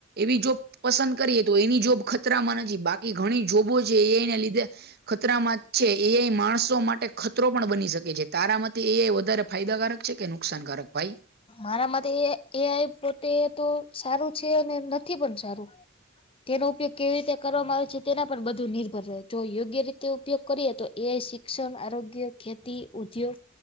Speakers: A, on the right; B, on the left.
A: એવી જો પસંદ કરીએ તો એની જોબ ખતરામાં નથી બાકી ઘણી જોબો છે એ આઈ ને લીધે ખતરામાં જ છે એ આઈ માણસો માટે ખતરો પણ બની શકે છે તારા મતે એ આઈ વધારે ફાયદાકારક છે કે નુકસાનકારક ભાઈ
B: મારા માટે એ એ આઈ પોતે તો સારું છે, અને નથી પણ સારું. તેનો ઉપયોગ કેવી રીતે કરવામાં આવે છે, તેના પર બધું નિર્ભર રહે. જો યોગ્ય રીતે ઉપયોગ કરીએ તો એ આઈ શિ ક્ષન, આરોગ્ય, ખેતી, ઉદ્યોગ